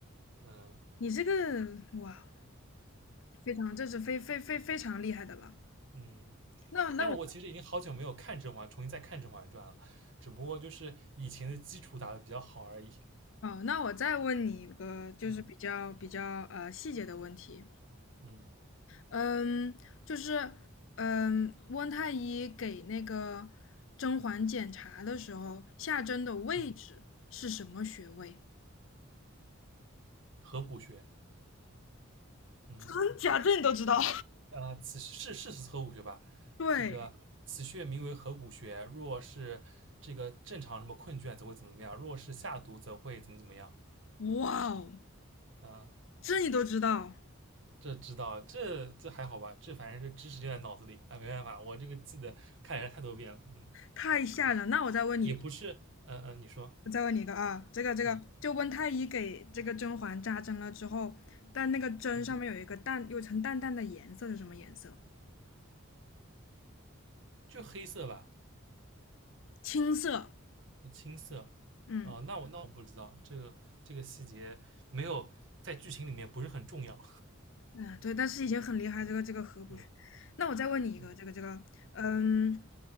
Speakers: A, on the right; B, on the left.
A: 嗯
B: 你这个哇，非常，这是非非非非常厉害的了。
A: 嗯，
B: 那那我
A: 但是我其实已经好久没有看《甄嬛》，重新再看《甄嬛传》了，只不过就是以前的基础打得比较好而已，
B: 哦，那我再问你一个，就是比较比较呃细节的问题，
A: 嗯嗯
B: 嗯，就是嗯，温太医给那个甄嬛检查的时候，下针的位置是什么穴位？
A: 嗯，合谷穴，
B: <laughs>
A: 嗯，
B: 真假这你都知道？
A: 呃，此是是是合谷穴吧？
B: <laughs> 对，
A: 这个此穴名为合谷穴，若是这个正常什么困倦，则会怎么怎么样；若是下毒，则会怎么怎么样
B: 哇哦，
A: 啊、呃
B: 这你都知道，
A: 这知道，这这还好吧？这反正这知识就在脑子里，啊，没办法，我这个记得看人家太多遍了，嗯，
B: 太吓人了那我再问你，
A: 也不是，嗯嗯，你说，
B: 我再问你一个啊，这个这个，
A: 嗯
B: 就温太医给这个甄嬛扎针了之后，但那个针上面有一个淡，
A: 嗯，
B: 有一层淡淡的颜色是什么颜色？
A: 就黑色吧，
B: 青色。
A: 呃青色，
B: 嗯，
A: 哦，那我那我不知道，这个这个细节没有在剧情里面不是很重要，
B: 嗯，对，但是已经很厉害，这个这个河谷学。
A: 嗯，
B: 那我再问你一个，
A: 嗯
B: 这个这个，嗯